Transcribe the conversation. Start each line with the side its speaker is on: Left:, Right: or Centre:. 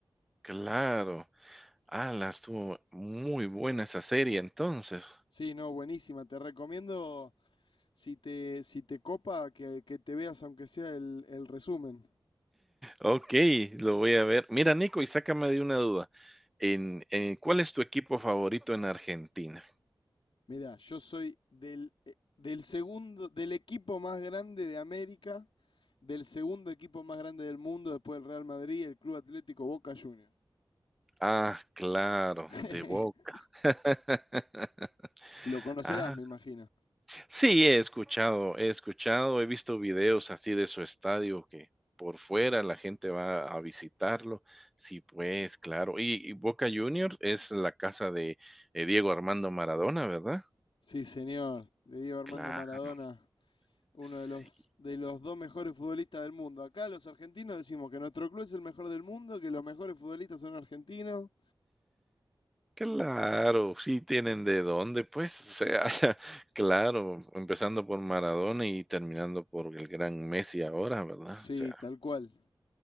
Centre: Claro. Ala, estuvo muy buena esa serie entonces.
Left: Sí, no, buenísima, te recomiendo si te, si te copa, que, que te veas aunque sea el, el resumen.
Centre: Ok, lo voy a ver. Mira, Nico, y sácame de una duda. En, en- ¿cuál es tu equipo favorito en Argentina?
Left: Mirá, yo soy del, eh, del segundo, del equipo más grande de América, del segundo equipo más grande del mundo después del Real Madrid, el Club Atlético Boca Juniors.
Centre: Ah, claro,
Left: <laughs>
Centre: de Boca. <laughs>
Left: Lo conocerás,
Centre: Ah,
Left: me imagino.
Centre: sí, he escuchado, he escuchado, he visto videos así de su estadio que por fuera la gente va a visitarlo. Sí, pues, claro. Y, y Boca Juniors es la casa de eh, Diego Armando Maradona, ¿verdad?
Left: Sí, señor, de Diego Armando
Centre: Claro,
Left: Maradona, uno
Centre: sí.
Left: de los, de los dos mejores futbolistas del mundo. Acá los argentinos decimos que nuestro club es el mejor del mundo, que los mejores futbolistas son argentinos.
Centre: Claro, sí tienen de dónde, pues, o sea, <laughs> claro, empezando por Maradona y terminando por el gran Messi ahora, ¿verdad?
Left: Sí,
Centre: O sea,
Left: tal cual.